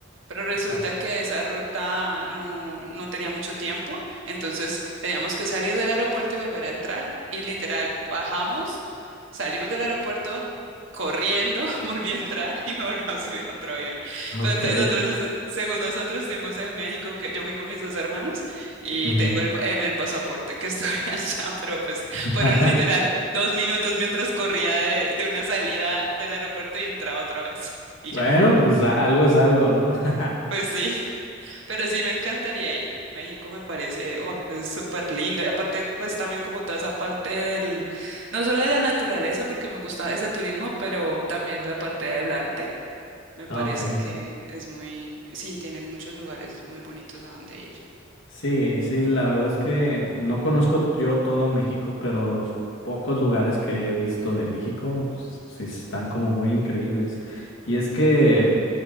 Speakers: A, on the right (about 70°); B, on the left (about 70°).
A: Pero resulta
B: Ok.
A: que esa ruta no, no tenía mucho tiempo, entonces teníamos que salir del aeropuerto y volver a entrar. Y literal, bajamos, salimos del aeropuerto corriendo, <laughs> volví a entrar y me volví a subir a otro avión.
B: Ok.
A: Pero entonces nosotros, según nosotros, estuvimos en México, que yo fui con mis dos hermanos y
B: ujú.
A: tengo el- en el pasaporte que estoy <laughs> allá, pero pues
B: <laughs>
A: fueron literal dos minutos mientras corría de, de una salida del aeropuerto y entraba otra vez. Y
B: Bueno,
A: ya.
B: pues a- algo es algo, ¿no? <laughs>
A: Pues sí, <laughs> pero sí me encantaría ir. México me parece, wow, es súper lindo. Y aparte, pues también como toda esa parte del, no solo de la naturaleza, porque me gusta ese turismo, pero también la parte del arte. Me parece
B: Ok.
A: que es muy, sí, tienen muchos lugares muy bonitos a donde ir.
B: Sí, sí, la verdad es que no conozco yo todo México, pero los pocos lugares que he visto de México, s- sí están como muy increíbles. Y es que